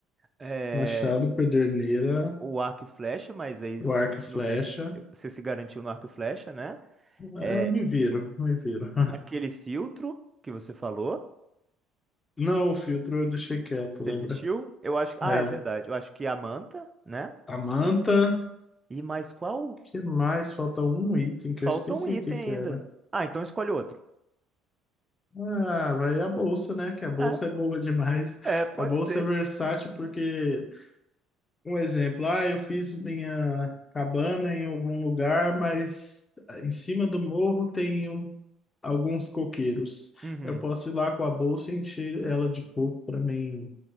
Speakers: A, on the right; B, on the left.
A: É,
B: Machado, Pederneira,
A: o arco e flecha, mas aí
B: o
A: eu
B: arco e flecha.
A: não sei se você se garantiu no arco e flecha, né?
B: É,
A: É
B: eu me viro, me viro.
A: aquele filtro que você falou.
B: <laughs> Não, o filtro eu deixei quieto,
A: Você
B: lembra?
A: desistiu? Eu acho. Ah,
B: É,
A: é verdade. Eu acho que a manta, né?
B: a manta,
A: E mais qual?
B: que mais? Falta um item que
A: Falta
B: eu esqueci
A: um item
B: o que que era.
A: ainda. Ah, então escolhe outro.
B: Ah, vai a bolsa, né? Que a bolsa
A: É,
B: é boa demais.
A: é, pode
B: A bolsa
A: ser.
B: é versátil porque um exemplo, ah, eu fiz minha cabana em algum lugar, mas em cima do morro tem um- alguns coqueiros.
A: Uhum.
B: Eu posso ir lá com a bolsa e encher ela de coco para mim